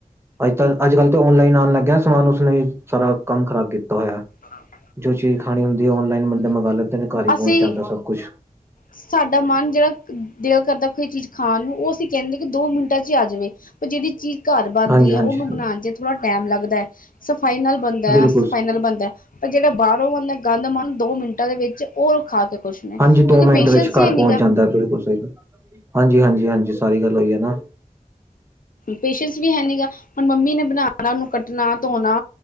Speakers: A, on the right; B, on the left.
A: ਅੱਜ ਤ ਅੱਜ ਕੱਲ੍ਹ ਤਾਂ ਔਨਲਾਈਨ ਆਉਣ ਲੱਗਿਆ ਸਮਾਨ ਉਸਨੇ ਸਾਰਾ ਕੰਮ ਖ਼ਰਾਬ ਕੀਤਾ ਹੋਇਆ।
B: ਹਾਂਜੀ।
A: ਜੋ ਚੀਜ਼ ਖਾਣੀ ਹੁੰਦੀ ਹੈ ਔਨਲਾਈਨ ਬੰਦੇ ਮੰਗਾ ਲੈਂਦੇ ਘਰ ਹੀ ਪਹੁੰਚ
B: ਅਸੀਂ
A: ਜਾਂਦਾ ਸਭ ਕੁਛ
B: ਸਾਡਾ ਮਨ ਜਿਹੜਾ ਦਿਲ ਕਰਦਾ ਕੋਈ ਚੀਜ਼ ਖਾਣ ਨੂੰ ਉਹ ਅਸੀਂ ਕਹਿੰਦੇ ਕਿ ਦੋ ਮਿੰਟਾਂ ਚ ਚ ਆ ਜਾਵੇ ਪਰ ਜਿਹੜੀ ਚੀਜ਼ ਘਰ ਬਣ
A: ਹਾਂਜੀ ਹਾਂਜੀ
B: ਉਹਨੂੰ ਬਣਾਉਣ ਚ ਥੋੜਾ ਟਾਈਮ ਲੱਗਦਾ ਸਫਾਈ ਨਾਲ ਬੰਦਾ
A: ਬਿਲਕੁਲ
B: ਸਫਾਈ
A: ਸਹੀ।
B: ਨਾਲ ਬਣਦਾ। ਪਰ ਜਿਹੜਾ ਬਾਹਰੋਂ ਆਦਾ ਗੰਦ ਮਨ ਦੋ ਮਿੰਟਾਂ ਦੇ ਵਿੱਚ ਉਹ ਖਾ ਕੇ ਕੁਛ ਨੇ
A: ਹਾਂਜੀ ਦੋ
B: ਕਿਉਂਕਿ
A: ਮਿੰਟ
B: ਪੇਸ਼ੈਂਸ
A: ਵਿੱਚ ਘਰ
B: ਹੀ ਹੈ ਨੀ
A: ਪਹੁੰਚ
B: ਗਾ
A: ਜਾਂਦਾ ਬਿਲਕੁਲ ਸਹੀ ਹਾਂਜੀ ਹਾਂਜੀ ਹਾਂਜੀ ਸਾਰੀ ਗੱਲ ਹੋਈ ਹੈ ਨਾ
B: ਪੇਸ਼ੈਂਸ ਵੀ ਹੈ ਨੀ ਗਾ ਹੁਣ ਮੰਮੀ ਨੇ ਬਣਾਣਾ ਉਹਨੂੰ ਕੱਟਣਾ ਧੋਣਾ